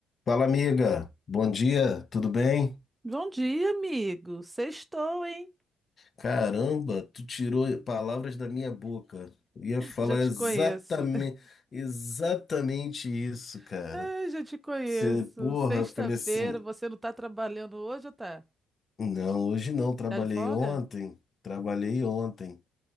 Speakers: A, on the left; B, on the right.
A: Fala, amiga. Bom dia, tudo bem?
B: Bom dia, amigo. Sextou, hein?
A: Caramba, tu tirou palavras da minha boca. Eu ia falar
B: Já te
A: exatamente,
B: conheço.
A: exatamente isso,
B: <laughs>
A: cara.
B: Ai, já te conheço.
A: Você, porra,
B: Sexta-feira,
A: eu falei assim,
B: você não tá trabalhando hoje ou tá?
A: não, hoje não, trabalhei
B: Tá de folga?
A: ontem, trabalhei ontem.